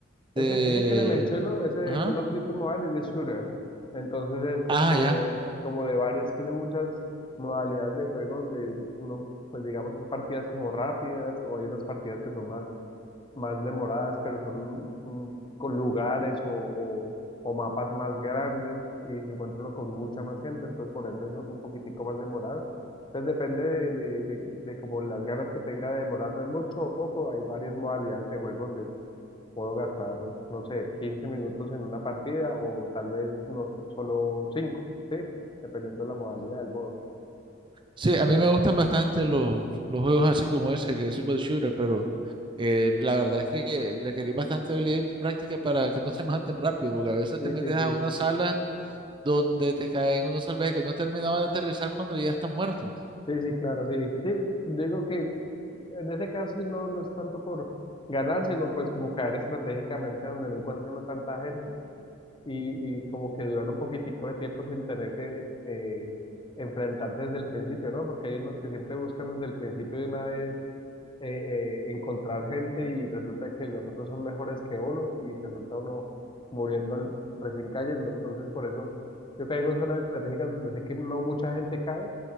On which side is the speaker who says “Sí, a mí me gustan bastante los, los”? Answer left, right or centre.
Right